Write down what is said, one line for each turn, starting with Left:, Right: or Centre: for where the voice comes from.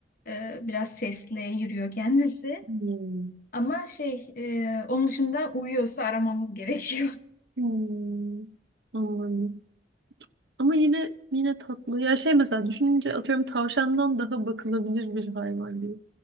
Left: E, biraz sesli yürüyor kendisi.
Right: Hmm.
Left: Ama şey e, onun dışında uyuyorsa aramamız gerekiyor.
Right: Hmm. Anladım. Ama yine yine tatlı. Ya şey mesela düşününce atıyorum tavşandan daha bakılabilir bir hayvan değil.